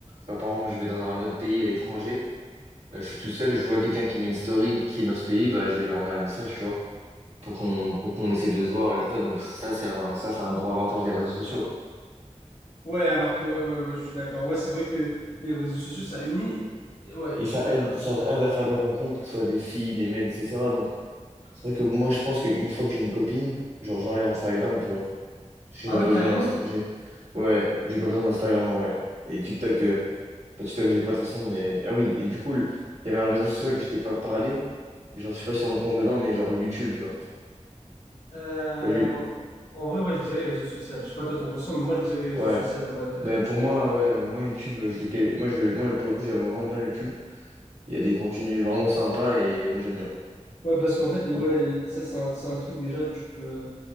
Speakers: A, on the right (about 60°); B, on the left (about 80°).
A: genre par exemple, je vais dans un autre pays à l'étranger, euh, je suis tout seul, je vois quelqu'un qui met une story qui est dans ce pays, bah je vais lui envoyer un message, tu vois, pour qu'on pour qu'on essaie de se voir et tout ça. Donc ça, c'est un ça, c'est un gros avantage des réseaux sociaux.
B: Ouais, alors que, ouais, ouais, ouais, je suis d'accord. Ouais, c'est vrai que les réseaux sociaux, ça unit. Et Ouais,
A: Et
B: je
A: ça
B: suis d'accord.
A: aide, ça aide à faire des rencontres, que ce soit des filles, des mecs, etc. Donc c'est vrai que moi, je pense qu'une fois que j'ai une copine, genre j'enlève Instagram, tu vois. J'ai
B: Ah
A: même
B: ouais,
A: pas
B: carrément.
A: besoin d'Insta. J'ai... Ouais, j'ai pas besoin d'Instagram en vrai. Et TikTok, euh, pas TikTok, j'ai pas de toute façon, mais. Ah oui, et du coup, il y avait un réseau social que je t'ai pas parlé. Genre, je sais pas si on le compte dedans, mais genre YouTube, tu vois.
B: Euh,
A: Genre, Yu-
B: en en vrai, ouais, je dirais réseau social. Je sais pas, toi, t'en penses quoi, mais moi, je dirais réseau
A: ouais.
B: social. Ouais, Euh,
A: Ben, pour moi, ouais, moi YouTube, euh, je l'ai quali- moi, je... moi, pour le coup, j'aime vraiment bien YouTube. Il y a des contenus vraiment sympas et moi, j'aime bien.
B: Ouais, parce qu'en fait, et ouais,
A: Hein.
B: ça, c'est un, c'est un truc déjà, tu peux,